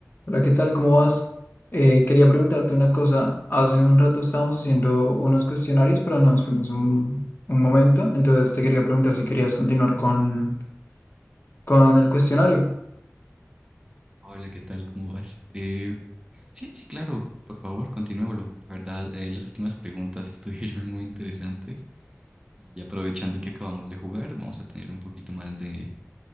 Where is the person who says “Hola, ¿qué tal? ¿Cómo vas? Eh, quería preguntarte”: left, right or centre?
Left